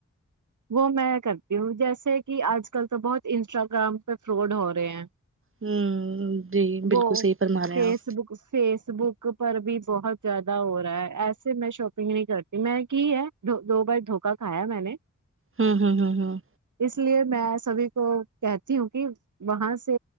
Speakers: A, on the right; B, on the right.
A: وہ میں کرتی ہوں جیسے کہ آج کل تو بہت انسٹاگرام پہ فراڈ ہو رہے ہیں
B: ہوں جی
A: وہ
B: بالکل صحیح فرما رہے
A: فیس
B: ہیں آپ
A: بک فیس بک پر بھی بہت زیادہ ہو رہا ہے ایسے میں شاپنگ نہیں کرتی میں کی ہے دو بار دھوکا کھایا میں نے
B: ہوں ہوں ہوں ہوں
A: اس لیے میں سبھی کو کہتی ہوں کہ وہاں سے